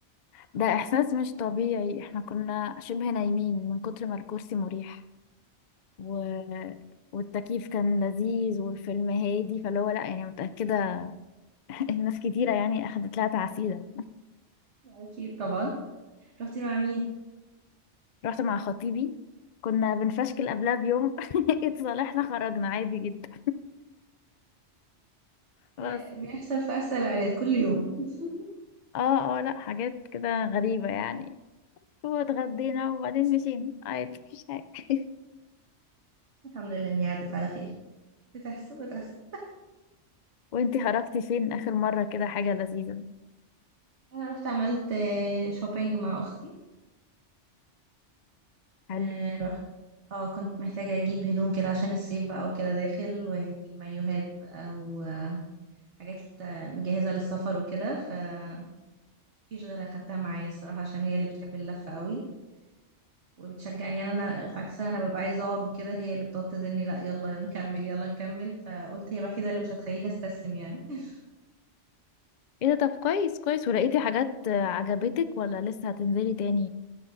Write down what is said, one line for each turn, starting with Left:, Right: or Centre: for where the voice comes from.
Left: ده احساس مش طبيعي احنا كنا شبه نايمين من كتر ما الكرسي مريح و... والتكييف كان لذيذ والفيلم هادي فاللي هو لا يعني متاكده <laughs> الناس كتيره يعني اخدت لها تعسيده
Right: أكيد طبعا رحتي مع مين؟
Left: رحت مع خطيبي كنا بنفشكل قبلها بيوم <laughs> اتصالحنا خرجنا عادي جدا بس
Right: آه، بيحصل في أسهل العائلات كل يوم <laughs>
Left: اه اه لا حاجات كده غريبة يعني واتغدينا وبعدين مشينا عادي مفيش حاجة
Right: الحمد لله إني عدت على خير بتحصل بتحصل
Left: وانتي خرجتي فين آخر مرة كده حاجة لذيذة
Right: أنا رحت عملت آه، شوبينج مع أختي
Left: حلو
Right: آه، رحت اه كنت محتاجة أجيب هدوم كده عشان الصيف بقى وكده داخل وأجيب مايوهات بقى وحاجات آه، جاهزة للسفر وكده فمفيش غيرها أخدتها معايا الصراحة عشان هي اللي بتحب اللفة قوي وبتشجعني يعني انا عكسها انا ببقى عايزه اقعد وكده هي اللي بتقعد تزني لا يلا نكمل يلا نكمل فقلت هي الوحيده اللي مش هتخليني استسلم يعني <laughs>
Left: ايه ده طب كويس كويس ولقيتي حاجات آه، عجبتك ولا لسه هتنزلي تاني